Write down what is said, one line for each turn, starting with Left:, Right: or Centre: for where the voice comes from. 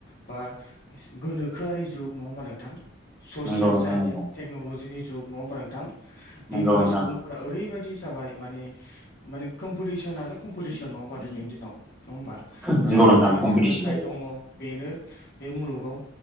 Left: बा गोनोखोआरि जुग नङा होमबा नोंथां? ससियेल
Centre: नंगौ नोंथां
Left: साइन्स
Centre: नंगौ
Left: टेक्न'लजिनि जुग नङा होमबा नोंथां दिनैनि
Centre: नंगौ नोंथां
Left: सुबुंफोरा ओरैबायदि जाबाय माने माने कम्पिटिसनानो कम्पिटिसन नङा होमबा दिनैनि दिनाव। नङा होमबा,
Centre: नंगौ
Left: जायनो
Centre: नोंथां कम्पिटिसन
Left: सोलोंथाइ
Centre: जाबाय
Left: दङ
Centre: औ
Left: बेनो बे मुलुगाव